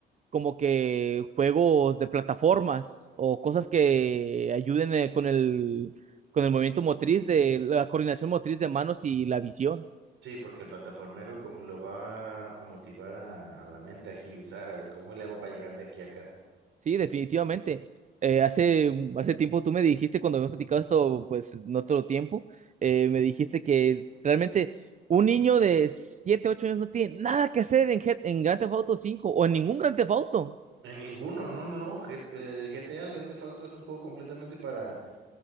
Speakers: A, on the right; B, on the right.
A: como que juegos de plataformas o cosas que ayuden eh, con el, con el movimiento motriz, de la coordinación motriz de manos y la visión.
B: Sí, porque el plataformero como lo va a motivar a, a la mente a agilizar, al cómo le hago para llegar de aquí a acá.
A: Sí, definitivamente. Eh, hace, hace tiempo tú me dijiste, cuando habíamos platicado esto, pues en otro tiempo, eh, me dijiste que realmente un niño de 7 8 años no tiene nada que hacer en, Head- en Grand Theft Auto 5 o en ningún Grand Theft Auto.
B: En ninguno, no, no, no. G- el GTA, el Grand Theft Auto, es un juego completamente para,